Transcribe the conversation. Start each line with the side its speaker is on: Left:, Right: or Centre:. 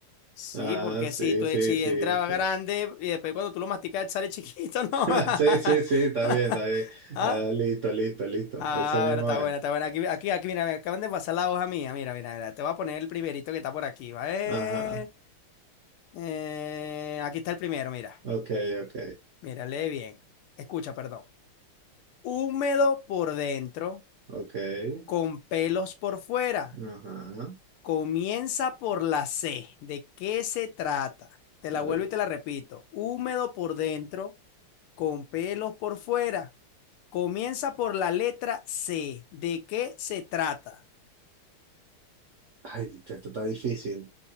Left: Sí,
Right: Ah,
Left: porque
Right: sí,
Left: si, tú,
Right: sí,
Left: si
Right: sí,
Left: entraba
Right: sí.
Left: grande y después cuando tú lo masticas sale chiquito, ¿no?
Right: <laughs>
Left: <laughs>
Right: Sí, sí, sí, está bien, está bien.
Left: ¿Ah?
Right: Ah, listo, listo, listo.
Left: Ah,
Right: Ese mismo
Left: bueno, está
Right: es.
Left: buena, está buena. Aquí, aquí, aquí, mira, me acaban de pasar la hoja mía. Mira, mira, mira. Te voy a poner el primerito que está por aquí, ¿vale?
Right: Ajá.
Left: Eh, eh, aquí está el primero, mira.
Right: Ok, ok,
Left: Mírale bien. Escucha, perdón. Húmedo por dentro,
Right: ok.
Left: con pelos por fuera.
Right: Ajá.
Left: Comienza por la C. ¿De qué se trata? Te la
Right: Arre.
Left: vuelvo y te la repito. Húmedo por dentro, con pelos por fuera. Comienza por la letra C. ¿De qué se trata?
Right: Ay, esto está difícil.